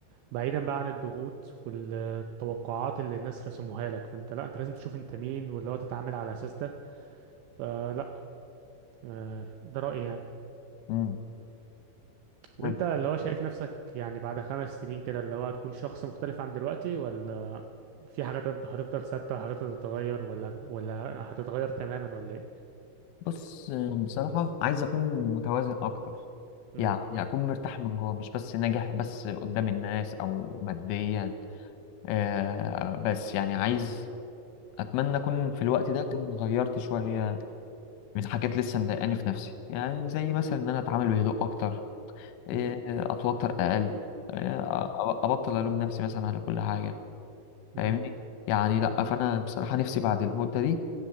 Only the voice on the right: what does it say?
بعيدا بقى عن الضغوط والتوقعات اللي الناس رسموها لك فانت لا انت لازم تشوف انت مين واللي هو تتعامل على اساس ده فلا آه، ده رأيي يعني
وانت
اللي هو شايف نفسك يعني بعد خمس سنين كده اللي هو هتكون شخص مختلف عن دلوقتي ولا في حاجات هتفض- هتفضل ثابتة حاجات هتتغير ولا ولا هتتغير تماما ولا ايه؟
مم،
مم،
مم،
مم،